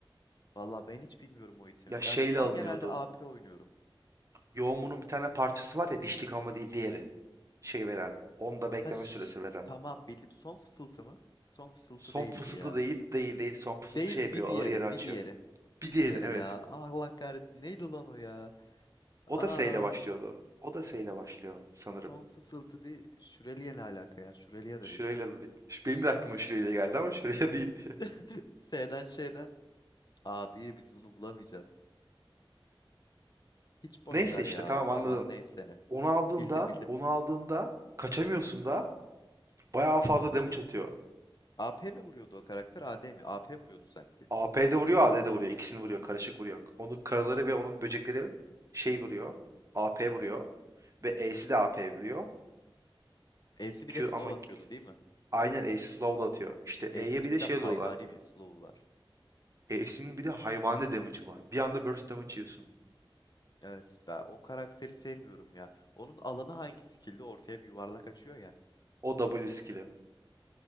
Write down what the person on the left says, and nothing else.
Vallahi ben hiç bilmiyorum o itemi.
Ben ben
genelde A P oynuyorum.
Ha şş,
tamam bildim. Son fısıltı mı? Son fısıltı
değildi
ya.
Değil
bir diğeri,
bir diğeri. Bir
diğeri
ya. Allah kahretsin. Neydi lan o ya?
Aa,
Tom fısıltı değil. Şüreliye ne alaka ya? Şüreliye de
değil.
<laughs> S'den şeyden. Abi biz bunu bulamayacağız. Hiç boş
ver
ya.
Aman neyse ne.
Bildim bildim.
AP mi vuruyordu o karakter? AD mi? AP vuruyordu sanki.
E'si bir
de slow
atıyordu değil mi?
E'sinin
bir
de
hayvani
bir slow'u var.
Evet ben o karakteri sevmiyorum ya. Onun alanı hangi skill'de? Ortaya bir yuvarlak açıyor ya.